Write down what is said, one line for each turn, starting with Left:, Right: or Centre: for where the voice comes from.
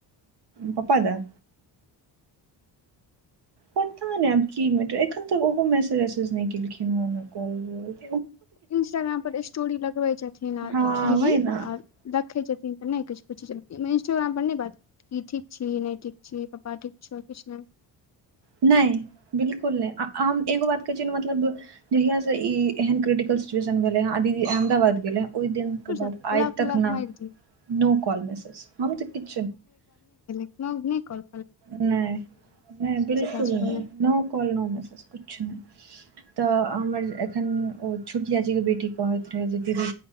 Right: प्पा द <unintelligible> पता ने आब की मेटर एखन तऽ ओहो मैसेज वसेज नहि केलखिन ह
Left: इंस्टाग्राम पर स्टोरी लगबै छथिन आर
Right: हँ
Left: दीदी
Right: वही ने
Left: आर देखै छथिन तऽ नहि किछु पुछै छ इन्स्टोग्राम पर नहि बात कि ठीक छी नहि ठीक छी पापा ठीक छौर किछु नहि
Right: नहि बिलकुल नहि हम एगो बात कहै छियै ने मतलब जहियास से ई एहन क्रिटिकल सिचुएशन भेले ही अहमदाबाद गेल है ओहि दिन
Left: ब्लॉक
Right: आइ तक
Left: उलॉक
Right: न
Left: मारि दियौ
Right: नो कॉल मैसेज हम तऽ कि
Left: काम नहि करू
Right: नहि नहि बिलकुल
Left: सासुरमे
Right: नहि नो कॉल नो मेसज कुछ नहि तऽ हमर एखन ओ छोटकियाजीके बेटी कहैत रहै जे दीदी